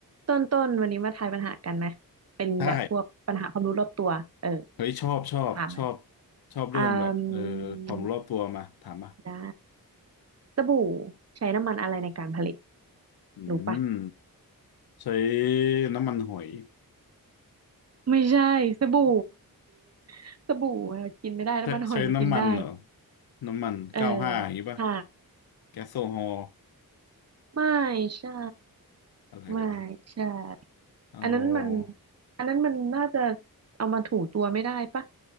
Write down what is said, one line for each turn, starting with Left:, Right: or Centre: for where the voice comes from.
Right: ต้นต้นวันนี้มาทายปัญหากันไหมเป็นแบบพวกปัญหาความรู้รอบตัวเออ
Left: ใช่เฮ้ยชอบชอบชอบ
Right: ถามไหม
Left: ชอบเรื่องแบบเออความรู้รอบตัวมาถามมา
Right: อืมได้สบู่ใช้น้ำมันอะไรในการผลิต
Left: อืม
Right: รู้ปะ
Left: ใช้น้ำมันหอย
Right: ไม่ใช่สบู่ <laughs> สบู่เรากินไม่ได้น้ำมันหอยมันกินได้
Left: ใช้ใช้น้ำมันเหรอน้ำมันเก้าห้าอย่างนี้ป่ะ
Right: เออใช่
Left: แก๊สโซฮอล์
Right: ไม่ใช่
Left: อะไรวะ
Right: ไม่ใช่
Left: เอ
Right: อันนั้นมัน
Left: า
Right: อันนั้นมันน่าจะเอามาถูตัวไม่ได้ปะ